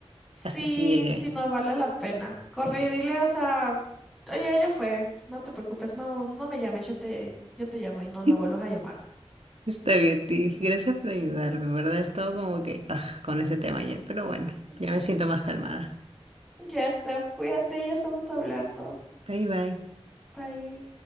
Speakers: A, in the centre; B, on the right (about 65°).
A: Sí,
B: Hasta aquí llegué.
A: sí, no vale la pena. Corre y dile, o sea, oye, ella fue, no te preocupes, no, no me llames, yo te, yo te llamo y no lo
B: <laughs>
A: vuelvas a llamar.
B: Está bien, Tiff. Gracias por ayudarme, en ¿verdad? He estado como que ah, con ese tema ayer, pero bueno,
A: Ujú.
B: ya me siento más calmada.
A: Ya, Steph, cuídate, ya estamos hablando.
B: Bye, bye.
A: Bye.